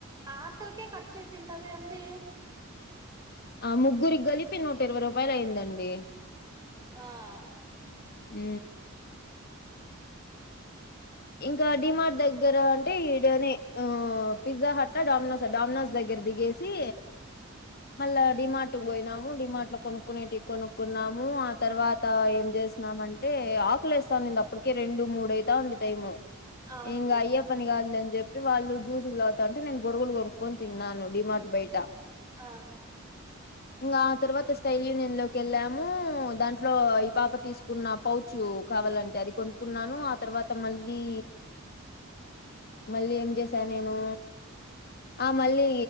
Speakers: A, on the right; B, on the left.
A: ఆటోకే ఖర్చయిపొయింటదండి
B: ఆ ముగ్గురికి కలిపి నూట ఇరవై రూపయలు అయ్యందండి
A: ఆ
B: ఉ ఇంకా డిమార్ దగ్గర అంటే ఇడనే ఆ పిజ్జా హట్ట డామినోస్ా డామినోస్ దగ్గర దిగేసి మళ్ళ డిమార్ట్ కు పోయిన డిమాట్లో కొనుక్కునేటి కొనుక్కున్నాము ఆ తర్వాత ఏం చేసినన్నామ అంటే ఆకులిస్తా ఉన్నింది అప్ అప్పటికే రెండు మూడయితాంది టైము
A: అవునులేండి
B: ఇంగ అయ్యేపన్ కాదులే అని చేప్ ఇగ వాళ్ళు జూసులు తాగుతాంటే నేన్ బొరుగులు కొనుక్కొని తిన్నాను డిమార్ట్ బయట
A: ఆ
B: ఇంకా తర్వాత స్టైల్ యూనియన్ లోకి ఎళ్ళాము దాంట్లో పాప తీసుకున్న పౌచు కావాలంటే అది కొనుక్కున్నాను ఆ తర్వ అ మళ్ళీ మళ్ళీ ఏం చేస నేను ఆ మళ్ళీ